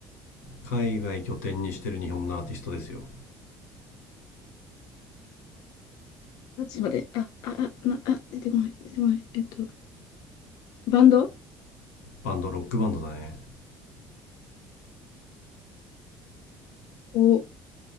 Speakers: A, on the left; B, on the left.
A: 海外拠点にしてる日本のアーティストですよ。
B: どっちまで、あ、あ、あ、な、あ、出てこない、出てこない。えっと、バンド
A: バンド、ロックバンドだね。
B: お、